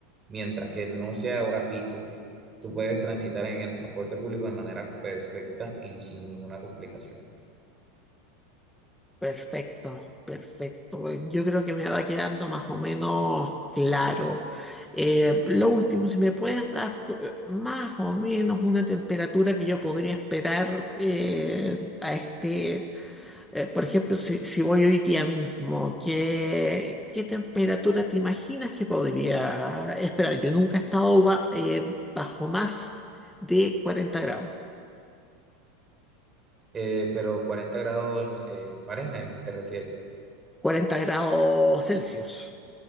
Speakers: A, on the right (about 25°); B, in the centre.
A: mientras que no sea hora pico, tú puedes transitar en el transporte público de manera perfecta y sin ninguna complicación.
B: Perfecto, perfecto. Yo creo que me va quedando más o menos claro. Eh, lo último, si me puedes dar co- eh, más o menos una temperatura que yo podría esperar eh, a este Eh, por ejemplo, si, si voy hoy día mismo, ¿qué, qué temperatura te imaginas que podría esperar? Yo nunca he estado ba- eh, bajo más de 40 grados,
A: Eh, pero 40 grados eh, Fahrenheit te refieres.
B: cuarenta grados Celsius.